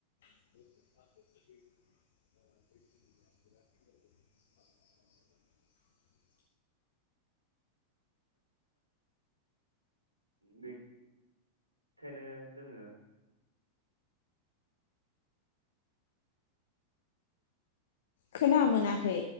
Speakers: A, on the left; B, on the right.
A: <inaudible>
B: बे बेखायनो जोंङो
A: खोना मोनाखै